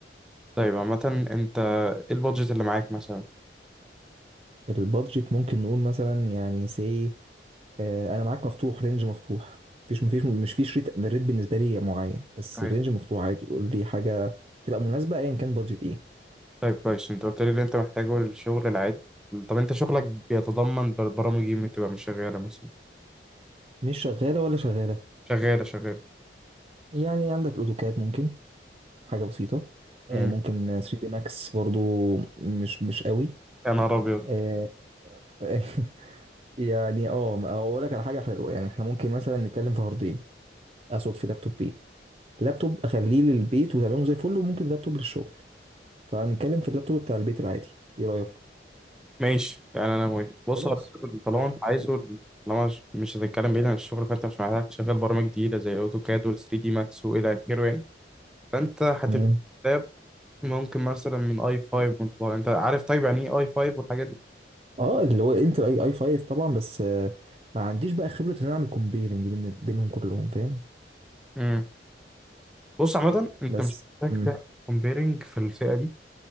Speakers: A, in the centre; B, on the right.
A: طيب عامة انت ايه البادجت اللي معاك مثلا
B: البادجت ممكن نقول مثلا يعني سي انا معاك مفتوح رينج مفتوح مفيش مفيش مش فيش ريت الريت بالنسبة لي معين بس
A: طيب
B: الرينج مفتوح عادي قول لي حاجة تبقى مناسبة ايا كان بادجت ايه
A: طيب كويس انت قلت لي اللي انت محتاجه للشغل العادي طب انت شغلك بيتضمن بر- برامج ايه اللي بتبقى مش شغالة مثلا
B: مش شغالة ولا شغالة
A: شغالة شغالة
B: يعني عندك الاوتوكاد ممكن حاجة بسيطة آه،
A: امم
B: ممكن 3 دي ماكس برضو مش مش قوي
A: يا نهار ابيض
B: آه، <laughs> يعني اه اقول لك على حاجه حلوه يعني احنا ممكن مثلا نتكلم في هاردين اقصد في لابتوبين لابتوب اخليه للبيت وتمام زي الفل وممكن لابتوب للشغل فهنتكلم في اللابتوب بتاع البيت العادي ايه رايك
A: ماشي يعني انا موافق
B: خلاص
A: بص هو طالما
B: حلو
A: انت عايزه طالما مش مش هتتكلم بعيد عن الشغل فانت مش محتاج تشغل برامج جديدة زي الاوتوكاد وال 3 دي ماكس والى اخره يعني فانت هتبقى
B: تمام
A: ممكن مثلا من اي 5 وانت طالع انت عارف طيب يعني ايه اي 5 والحاجات دي
B: اه اللي هو انتل اي اي 5 طبعا بس آه، ما عنديش بقى خبره ان انا اعمل كومبيرنج بين بينهم كلهم فاهم
A: امم بص عامة انت
B: بس
A: مش محتاج
B: امم
A: تعمل كومبيرنج في الفئة دي